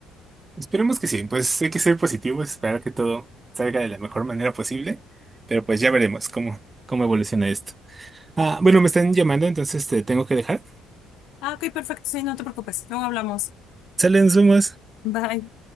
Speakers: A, on the right (about 25°); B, on the left (about 75°).
A: Esperemos que sí, pues hay que ser positivos, esperar que todo salga de la mejor manera posible, pero pues ya veremos cómo, cómo evoluciona esto. Ah, bueno, me están llamando, entonces te tengo que dejar.
B: Ah, ok, perfecto. Sí, no te preocupes. Luego hablamos.
A: Salen sumas.
B: Bye.